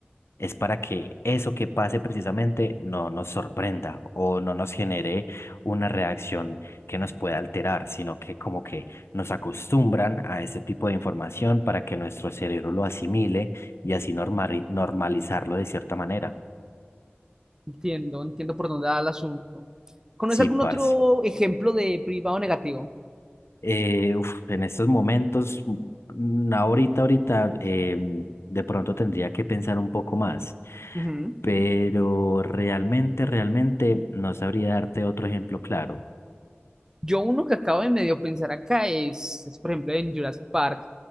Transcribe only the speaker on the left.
es para que eso que pase precisamente no nos sorprenda o no nos genere una reacción que nos pueda alterar, sino que como que nos acostumbran a ese tipo de información para que nuestro cerebro lo asimile y así normali- normalizarlo de cierta manera.
Sí,
parce.
Eh, uf, en estos momentos, mm, ahorita, ahorita, eh, de pronto tendría que pensar un poco más.
Pero realmente, realmente no sabría darte otro ejemplo claro.